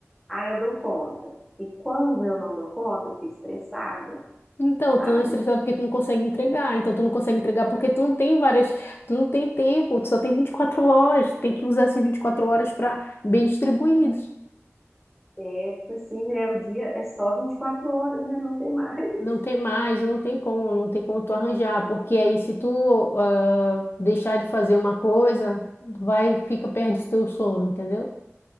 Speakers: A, in the centre; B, on the left.
A: ah, eu dou conta. E quando eu não dou conta, eu fico estressada,
B: Então, eu
A: sabe?
B: tô estressada porque tu não consegue entregar. Então, tu não consegue entregar porque tu não tem várias. Tu não tem tempo, tu só tem 24 horas. Tu tem que usar essas 24 horas para bem distribuídas.
A: É, é, tipo assim, né, o dia é só 24 horas, né, não tem mais. <laughs>
B: Não tem mais, não tem como, não tem como tu arranjar. Porque aí, se tu ah, deixar de fazer uma coisa, vai, fica, perde teu sono, entendeu?